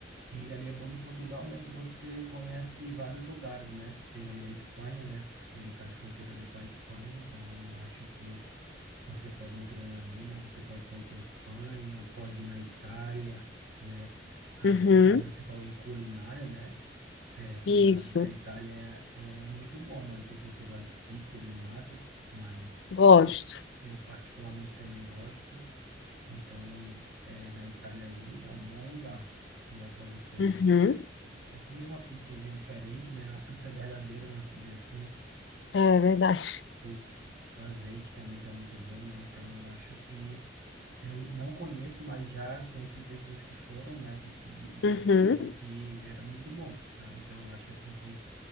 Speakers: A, on the right; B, on the left.
A: E ali é bom de Portugal, né, que você conhece vários lugares, né? Tem ali a Espanha, né? f- Ele faz fronteira ali com a Espanha, então eu acho que você pega um trem ali, né? Você pode conhecer a Espanha, pode ir na Itália, né? Ali
B: uhum,
A: a Itália, você falou em culinária, né? É, a culinária
B: isso,
A: da Itália é, é muito bom, né? Não sei se você gosta de pizza, de massas, mas
B: gosto.
A: eu eu particularmente também gosto. Então, é, na Itália ali é um bom lugar, né, para você
B: Uhum,
A: é, comer uma pizzazinha diferente, né? A pizza é verdadeira, vamos dizer assim.
B: é verdade.
A: O, o azeite também que é muito bom, né? Então, eu acho que eu não conheço, mas já conheci pessoas que foram, né, e que, di- e que
B: Uhum,
A: disseram que era muito bom, sabe? Então, eu acho assim que